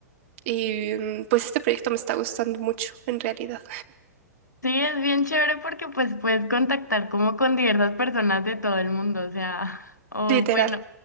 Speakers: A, on the right (about 45°); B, on the left (about 80°).
A: Y mm, pues este proyecto me está gustando mucho, en realidad,
B: Sí, es bien chévere porque pues puedes contactar como con diversas personas de todo el mundo, o sea, <laughs> o
A: <laughs> literal.
B: bueno,